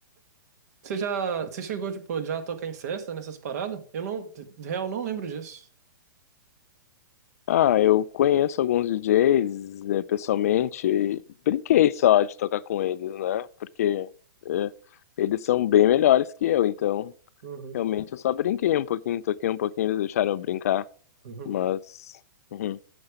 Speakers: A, on the right; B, on the left.
A: Você já, você chegou, tipo, já a tocar em festa nessas paradas? Eu não, de de real, não lembro disso.
B: Ah, eu conheço alguns DJs, eh, pessoalmente e brinquei só de tocar com eles, né? Porque eh, eles são bem melhores que eu, então
A: Uhum,
B: realmente eu só brinquei um pouquinho, toquei um pouquinho, eles deixaram eu brincar,
A: uhum.
B: mas, <laughs>